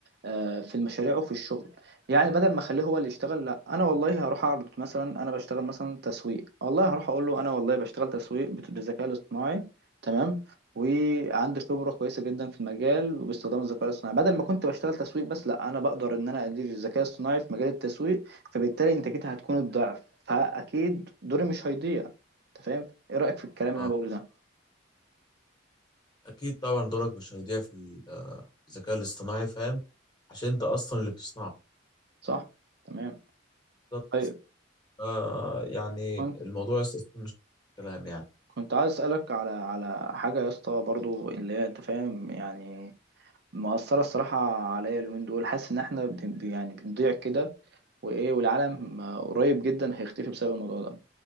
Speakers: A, on the right (about 55°); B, on the left (about 20°).
A: آه، في المشاريع وفي الشغل يعني بدل ما اخليه هو اللي يشتغل لا انا والله هروح اعرض مثلا انا بشتغل مثلا تسويق والله هروح اقول له انا والله بشتغل تسويق بت- بالذكاء الاصطناعي تمام وعندي خبره كويسه جدا في المجال وباستخدام الذكاء الاصطناعي بدل ما كنت بشتغل تسويق بس لا انا بقدر ان انا ادير الذكاء الاصطناعي في مجال التسويق فبالتالي انتاجتها هتكون الضعف فاكيد دوري مش هيضيع انت فاهم ايه رايك في الكلام اللي
B: اه
A: انا بقوله ده
B: اكيد طبعا دورك مش هيضيع في ال- آه، الذكاء الاصطناعي فاهم عشان انت اصلا اللي بتصنعه
A: صح تمام
B: بالظبط
A: طيب
B: آه، يعني
A: كنت
B: الموضوع اصلا مش كلام يعني
A: كنت عايز اسالك على على حاجه يا اسطى برضو اللي هي انت فاهم يعني مأثرة الصراحة عليا اليومين دول حاسس إن إحنا بن- يعني بنضيع كده وإيه والعالم قريب جدا هيختفي بسبب الموضوع ده